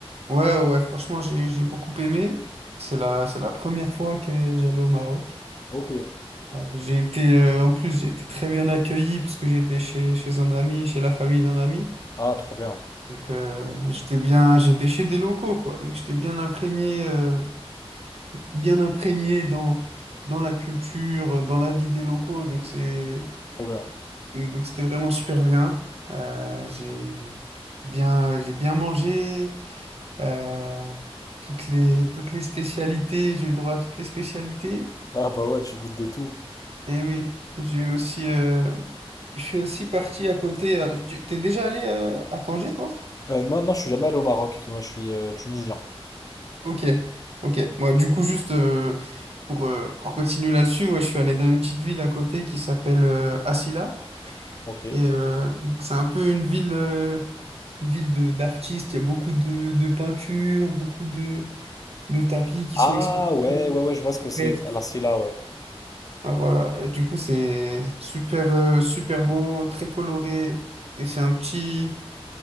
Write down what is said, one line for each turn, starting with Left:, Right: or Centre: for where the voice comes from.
Right: Ouais, ouais, ouais, franchement, j'ai, j'ai beaucoup aimé. C'est la, c'est la première fois que j'allais au Maroc.
Left: Ok.
Right: J'ai été, euh, en plus, j'ai été très bien accueilli parce que j'étais chez, chez un ami, chez la famille d'un ami.
Left: Ah trop bien,
Right: Donc, euh, j'étais bien, j'étais chez des locaux, quoi. Donc, j'étais bien imprégné, euh, bien imprégné dans, dans la culture, euh, dans la vie des locaux. Donc, c'est,
Left: trop bien.
Right: donc, donc, c'était vraiment super bien. Euh, j'ai bien, j'ai bien mangé. euh, toutes les, toutes les spécialités, j'ai eu le droit à toutes les spécialités.
Left: Ah bah ouais, tu goûtes de tout.
Right: Et oui, j'ai aussi, euh, je suis aussi parti à côté. euh, tu t'es déjà allé euh, à Tanger, toi?
Left: Euh, moi non, je suis jamais allé au Maroc, parce que moi je suis euh, tunisien.
Right: Ok, ok. Moi, du coup, juste euh, pour, euh, pour continuer là-dessus, ouais, je suis allé dans une petite ville à côté qui s'appelle euh, Asila.
Left: Ok.
Right: Et euh, donc, c'est un peu une ville, euh, une ville de d'artistes. Il y a beaucoup de, de peintures, beaucoup de, de tapis qui
Left: Ah
Right: sont exposés,
Left: ouais, ouais, ouais, je vois
Right: de
Left: ce que c'est.
Right: fresques.
Left: La Silla, ouais.
Right: Ah, voilà. Et du coup, c'est super, euh, super beau, très coloré. Et c'est un petit.